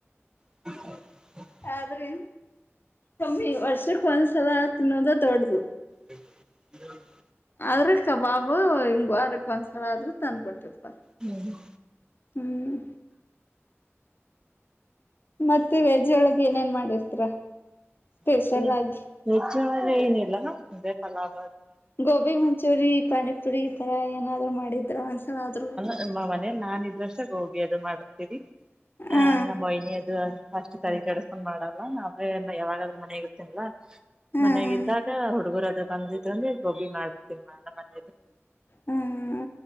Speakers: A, on the right; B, on the left.
A: <unintelligible>
B: ಆದ್ರು ಕಮ್ಮಿ ವರ್ಷಕ್ ಒಂದ್ಸಲ ತಿನ್ನೋದ ದೊಡ್ಡದು.
A: ಹ ಹ <unintelligible>
B: ಅದ್ರ ಕಬಾಬು ಹಿಂಗ ವಾರಕ್ ಒಂದ್ಸಲ ಆದ್ರೂ ತಂದ್ ಕೊಡ್ತಿಪ
A: ಹ್ಮ
B: ಹ್ಮ್ ಮತ್ತೆ ವೆಜ್ ಒಳಗೆ ಏನೇನ್ ಮಾಡಿರತಿರ ಸ್ಪೆಷಲ್
A: ಹ್ಮ್
B: ಆಗಿ
A: ವೆಜ್ ಒಳಗ ಏನಿಲ್ಲ ಅದೇ ಫಲಾವ
B: ಗೋಬಿ ಮಂಚೂರಿ ಪಾನಿಪುರಿ ಈಥರ ಏನಾದ್ರು ಮಾಡಿದ್ರೆ ಒಂದ್ಸಲ ಆದ್ರರು
A: ನಮ್ಮ ಮನೇಲಿ ನಾನ್ ಇದ್ರಷ್ಟಾ ಗೋಬಿ ಅದು ಮಾಡಿರ್ತೀವಿ
B: ಹಾ
A: ಆಹ ನಮ್ಮ ವೈನಿ ಅದು ಅಷ್ಟ ತಲೇ ಕೆಡಸ್ಕೊಂಡ್ ಮಾಡಲ್ಲ ನಾ ಅವೇ ಯಾವಾಗಾದ್ರ ಮನೆಗ ಇರ್ತನ್ಲಾ
B: ಹಾ
A: ಮನೆಗ್ ಇದ್ದಾಗ ಹುಡುಗರದು ಬಂದಿದ್ರಂದೆ ಗೋಬಿ ಮಾಡತನ್ ನನ್ ಮಾಡ್ತೇನಿ
B: ಹ್ಮ್